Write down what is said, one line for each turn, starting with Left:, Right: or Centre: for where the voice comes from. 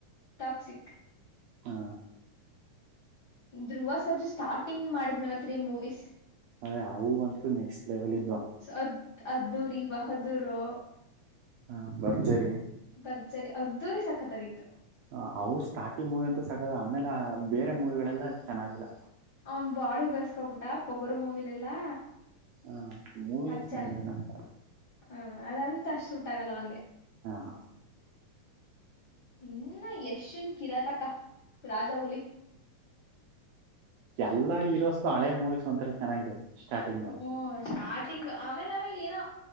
Left: ಟಾಕ್ಸಿಕ್.
Right: ಹಾ.
Left: ಧ್ರುವ ಸರ್ಜಾ ಸ್ಟಾರ್ಟಿಂಗ್ ಮಾಡಿದನ್ಲ ತ್ರಿ ಮೂವೀಸ್.
Right: ಏ ಅವು ಅಂತೂ ನೆಕ್ಸ್ಟ್ ಲೆವೆಲ್ ಇದ್ದು.
Left: ಅದ್ ಅದ್ದೂರಿ, ಬಹದ್ದೂರು.
Right: ಹ ಭರ್ಜರಿ.
Left: ಭರ್ಜರಿ, ಅದ್ದೂರಿ ಸಕತ್ತಾಗಿತ್ತು.
Right: ಹ್ಮ್ ಅವು ಸ್ಟಾರ್ಟಿಂಗ್ ಮೂವಿ ಅಂತೂ ಸಕತ್ತ ಆಮೇಲ ಬೇರೆ ಮೂವಿಗಳೆಲ್ಲ ಚೆನ್ನಾಗಿಲ್ಲ.
Left: ಅವನ ಬಾಡಿ ಬೇಳಸ್ಕೊಬಿಟ್ಟ ಪೊಗರು ಮೂವಿಲಿ ಎಲ್ಲಾ.
Right: ಹ ಮೂವಿನೇ
Left: ಹಚ್ಚನ
Right: ಚೆನ್ನಾಗಿದೆ ಏನಂತ
Left: ಹ್ಮ ಅದ ಆದಂತ ಅಷ್ಟ ಶೂಟ್ ಆಗಲ್ಲ ಅವನಗೆ.
Right: ಹ
Left: ಇನ್ನ ಯಶನ ಕಿರಾತಕ, ರಾಜಾಹುಲಿ.
Right: ಎಲ್ಲಾರ ಹೀರೋಸ್ ನು ಹಳೆ ಮೂವೀಸ್. ಒಂಥಾರ ಚೆನ್ನಾಗಿದೆ. ಸ್ಟಾರ್ಟಿಂಗ್
Left: ಓ ಸ್ಟಾರ್ಟಿಂಗ್. <unintelligible> ಆಮೇಲೆ ಆಮೇಲೆ ಏನೋ